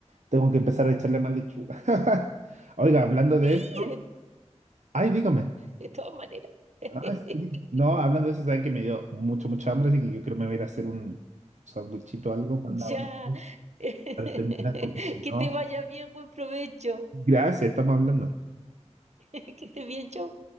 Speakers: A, on the right; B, on the right.
A: Tengo que empezar a echarle más lechuga. <laughs> Oiga, hablando
B: Sí,
A: de eso.
B: de,
A: Ay, dígame.
B: de todas maneras. <laughs>
A: Ah, sí. No, hablando de eso, sabe que me dio mucho, mucha hambre, así que yo creo que me voy a ir a hacer un sandwichito o algo para, la-
B: Ya. <laughs> Que
A: para terminar, porque si no.
B: te vaya bien, buen provecho.
A: Gracias, estamos hablando.
B: <laughs> Que estés bien, chau.